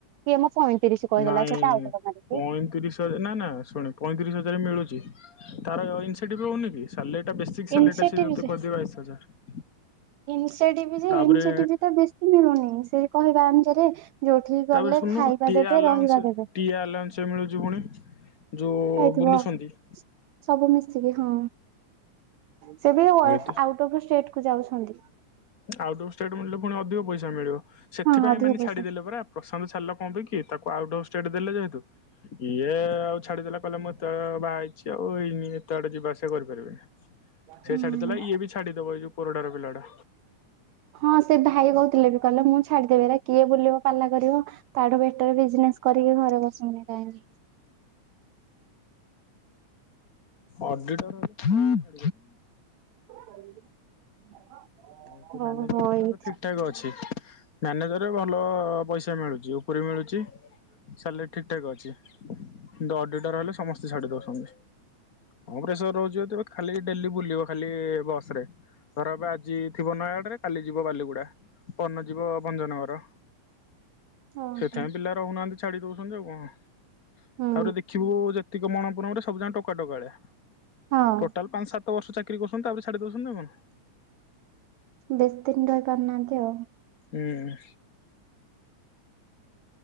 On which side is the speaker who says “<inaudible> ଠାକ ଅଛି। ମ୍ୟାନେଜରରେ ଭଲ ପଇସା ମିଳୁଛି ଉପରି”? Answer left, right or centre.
Left